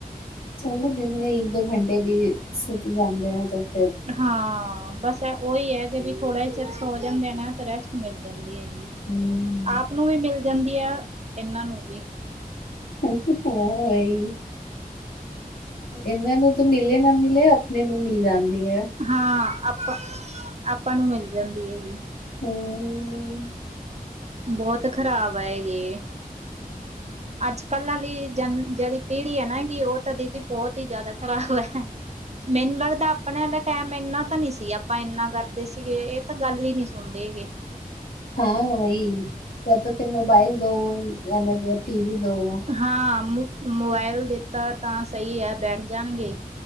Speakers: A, on the left (about 80°); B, on the right (about 45°).
A: ਚੱਲੋ। ਦਿਨੇ ਇੱਕ-ਦੋ ਘੰਟੇ ਵੀ ਸੁੱਤ ਜਾਂਦੇ ਆ ਤਾਂ ਫੇਰ
B: ਹਾਂ, ਬਸ ਉਹੀ ਹੈ, ਕਿ ਵੀ ਥੋੜਾ ਚਿਰ ਸੋ ਜਾਂਦੇ ਨੇ ਨਾ ਰੈਸਟ ਮਿਲ ਜਾਂਦੀ ਹੈਗੀ,
A: ਹਮ,
B: ਆਪ ਨੂੰ ਵੀ ਮਿਲ ਜਾਂਦੀ ਹੈ, ਇਹਨਾਂ ਨੂੰ ਵੀ
A: ਥੈਂਕਯੂ ਫੋਨ ਲਈ। ਇਹਨਾਂ ਨੂੰ ਤਾਂ ਮਿਲੇ ਨਾ ਮਿਲੇ ਆਪਣੇ ਨੂੰ ਮਿਲ ਜਾਂਦੀ ਹੈ।
B: ਹਾਂ, ਆਪਾਂ- ਆਪਾਂ ਨੂੰ ਮਿਲ ਜਾਂਦੀ ਹੈਗੀ।
A: ਹੂ ਹੂ ਹੂ
B: ਬਹੁਤ ਖ਼ਰਾਬ ਹੈ ਯੇ, ਅੱਜ ਕੱਲ੍ਹ ਵਾਲੀ ਜਨ, ਜਿਹੜੀ ਪੀੜੀ ਹੈ ਨਾ ਕਿ ਉਹ ਤਾਂ ਦੀਤੀ ਬਹੁਤ ਹੀ ਜ਼ਿਆਦਾ ਖ਼ਰਾਬ ਹੈ, ਮੈਨੂੰ ਲੱਗਦਾ ਆਪਣੇ ਦਾ ਟਾਈਮ ਇੰਨਾ ਪਤਾਂ ਨੀ ਸੀ, ਆਪਾਂ ਇੰਨਾ ਕਰਦੇ ਸੀਗੇ, ਇਹ ਤਾਂ ਗੱਲ ਹੀ ਨਹੀਂ ਸੁਣਦੇ ਹੈਗੇ।
A: ਹਾਂ, ਵਹੀ ਜਾਂ ਤਾਂ ਫਿਰ ਮੋਬਾਈਲ ਦੋ ਜਾਂ ਟਿ ਵੀ ਦੇਯੋ।
B: ਹਾਂ, ਮੋਬਾਇਲ ਦੇਤਾ ਤਾਂ ਸਹੀ ਹੈ ਬੈਠ ਜਾਣਗੇ